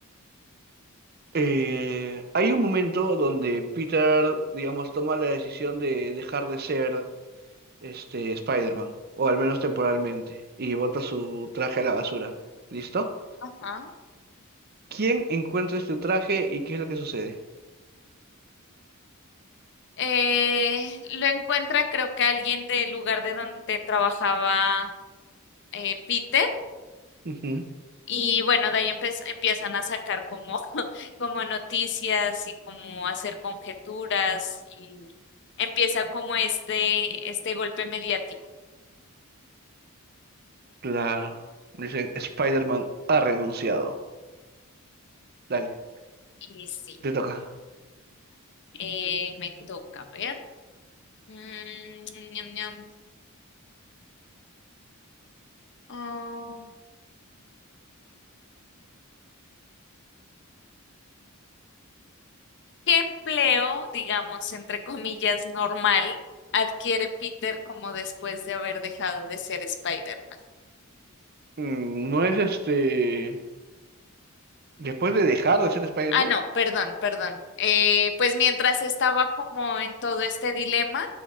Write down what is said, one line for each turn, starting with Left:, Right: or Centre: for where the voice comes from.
Right: Eh, hay un momento donde Peter, digamos, toma la decisión de dejar de ser este Spider-Man, o al menos temporalmente, y bota su traje a la basura. ¿Listo?
Left: Ajá.
Right: ¿Quién encuentra este traje y qué es lo que sucede?
Left: Eh, lo encuentra creo que alguien del lugar de donde trabajaba eh, Peter
Right: Ujú,
Left: Y bueno, de ahí empe- empiezan a sacar como, <laughs> como noticias y como hacer conjeturas y empieza como este, este golpe mediático.
Right: claro. Dicen, Spider-Man ha renunciado. Dale,
Left: Y sí,
Right: te toca.
Left: eh, me toca ver. Mm, ñam, ñam. Ah, ¿qué empleo, digamos, entre comillas, normal adquiere Peter como después de haber dejado de ser Spider-Man?
Right: Mm, No es este. Después de dejar de ser Spider-Man,
Left: Ah, no, perdón, perdón. Eh, pues mientras estaba como en todo este dilema.